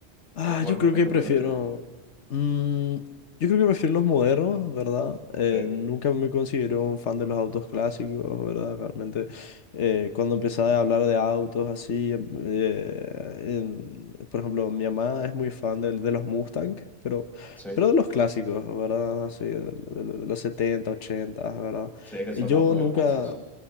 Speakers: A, on the left; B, in the centre.
A: Ah,
B: Actualmente,
A: yo creo que
B: ¿qué
A: prefiero.
B: preferís?
A: mm, yo creo que prefiero los modernos, ¿verdad? Eh,
B: Sí,
A: nunca me considero un fan de los autos clásicos, ¿verdad? Realmente, eh, cuando empecé a hablar de autos así, em- eh, en- por ejemplo, mi mamá es muy fan del- de, los Mustang, pero,
B: sí,
A: pero de los clásicos, ¿verdad? Así, de, de- de los setenta ochenta ¿verdad?
B: sí, que son
A: Y yo
B: autos
A: nunca.
B: hermosos.